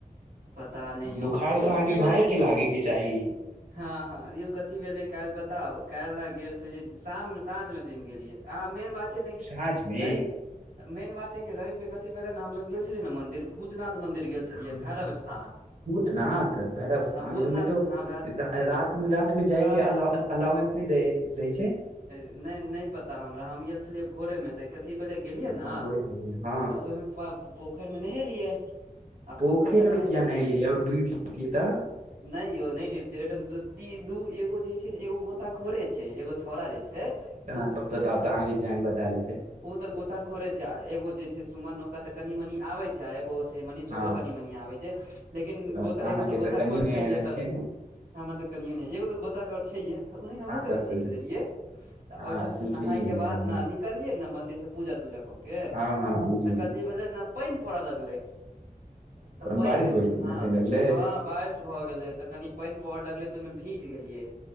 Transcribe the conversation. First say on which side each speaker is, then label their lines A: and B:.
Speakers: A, on the right; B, on the right.
A: पता नहि यौ
B: बुखार तऽ अहाँके
A: की भेलै
B: भाय
A: त
B: के लागै के चाहि
A: हँ हँ रियल कथी भेलै काल्हि बताउ काल्हि गेल छलियै शाममे साँझमे जिम गेलियै अहाँ मेन बात छै ने कि
B: साँझ मे
A: रेव मेन बात छै कि रेव के कथी भेले ने हमसब गेल छलियै ने मन्दिर भूतनाथ मन्दिर गेल छलियै
B: हँ
A: भैरव
B: हँ
A: स्थान
B: भूतनाथ भैरव स्थान
A: हँ भूतनाथ
B: ओहिमे तो
A: हँ
B: रा- रात मे जाय
A: हँ
B: के
A: हँ
B: अलावेंस नहि दै छै
A: नय नय पता हमरा हम गेल छलियै भोरेमे तऽ कथी भेले गेलियै
B: अच्छा
A: ने
B: भोरे मे हँ
A: तऽ पोखैर मे नहेलियै आ
B: पोखरि
A: पोखैर स नहायके
B: मे किया नहेलियै यौ डूबि जैतियै तऽ
A: कह नय यौ नय डुबतै ओहिठाम दू एगो जे छै ने एगो गोताखोड़े छै एगो छौड़ो जे ओ
B: हँ तब तऽ तब तऽ अहाँके जान बचा लेतै
A: त गोताखोड़े छै एगो सुमन न ओका तऽ कनी मनी आबै छै आ एगो छै मनीष
B: हँ
A: ओकरो कनि मनी आबै छै लेकिन
B: आओर
A: गोता
B: अहाँके
A: एगो ते गोताखोर
B: तऽ कनियो नहि
A: छै
B: आबै
A: ये त
B: ने
A: हमर त कनियो ने एगो गो ह <unintelligible>
B: हँ तब तऽ हँ सीख लेलियै ने हेबानी
A: नीकलियै ने मंन्दिर से पूजा तूजा कऽ के
B: हँ हँ बुझि
A: तऽ
B: गेलियै
A: कथी भेलै ने पानि पड़ऽ लगलै तऽ पानि
B: बारिश
A: मे
B: होय
A: हँ
B: होय लगलै
A: ह बारि <unintelligible> भऽ गेलै तऽ कनि पानि प लगलै तऽ ओहिमे भीज गेलियै